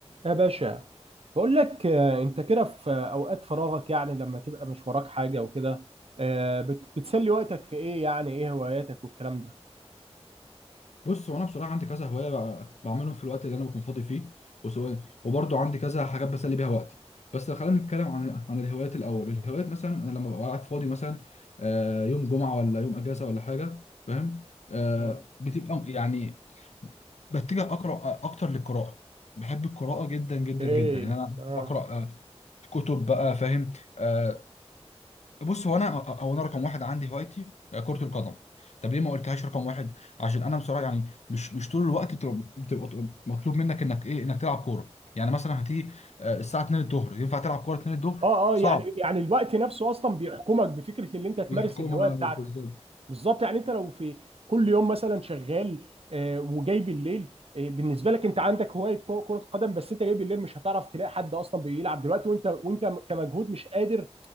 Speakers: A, on the right (about 60°); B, on the left (about 85°).
A: يا باشا بقول لك آه، انت كده في آه، اوقات فراغك يعني لما تبقى مش وراك حاجه وكده آه، بت- بتسلي وقتك في ايه يعني ايه هواياتك والكلام ده
B: بص هو انا بصراحه عندي كذا هوايه بع- بعملهم في الوقت اللي انا بكون فاضي فيه وسواء وبرضه عندي كذا حاجات بسلي بيها وقتي بس لو خلينا نتكلم عن عن الهوايات الاول الهوايات مثلا انا لما ببقى قاعد فاضي مثلا آه، يوم جمعه ولا يوم اجازه ولا حاجه فاهم آه،
A: اه
B: بتبقى يعني بتجه اقرا اكتر للقراءه بحب القراءه جدا
A: اوكي
B: جدا جدا يعني انا
A: اه
B: بقرا آه، كتب بقى فاهم آه، بص هو انا هو انا رقم واحد عندي هوايتي كرة القدم طب ليه ما قلتهاش رقم واحد عشان انا بصراحة يعني مش مش طول الوقت بتبقى, بتبقى مطلوب منك انك ايه انك تلعب كورة يعني مثلا هتيجي آه، الساعة 2 الظهر ينفع تلعب كورة 2 الظهر
A: اه اه
B: صعب
A: يعني يعني الوقت نفسه اصلا بيحكمك بفكره اللي انت تمارس
B: بالحكومة
A: الهوايه بتاعتك
B: بالظبط
A: بالظبط يعني انت لو في كل يوم مثلا شغال آه، وجاي بالليل آه، بالنسبه لك انت عندك هوايه كو- كره قدم بس انت جاي بالليل مش هتعرف تلاقي حد اصلا بيلعب دلوقتي وانت وانت كمجهود مش قادر